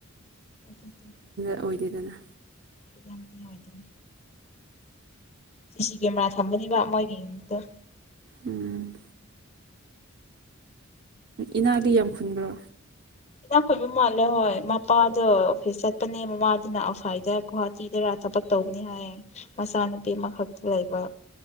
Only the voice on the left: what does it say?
ꯑꯗꯤ ꯁꯤꯇ
ꯐ꯭ꯔꯤ ꯑꯣꯏꯗ꯭ꯔꯦ ꯁꯤ ꯁꯤ ꯀꯦꯃꯦꯔꯥ ꯊꯝꯕꯅꯤꯕ ꯃꯣꯏꯒꯤ ꯌꯃꯤꯠꯇ
ꯏꯅꯥ ꯈꯣꯏꯕ ꯃꯥꯜꯂꯦ ꯍꯣꯏ ꯃꯄꯥꯗꯣ ꯑꯣꯐꯤꯁ ꯆꯠꯄꯅꯦ ꯃꯃꯥꯗꯨꯅ ꯑꯐꯥꯏꯗ ꯒꯨꯍꯥꯇꯤꯗꯔ ꯊꯕꯛ ꯇꯧꯕꯅꯤ ꯍꯥꯏꯌꯦ ꯃꯆꯥꯅꯨꯄꯤ ꯑꯃꯈꯛꯇ ꯂꯩꯕ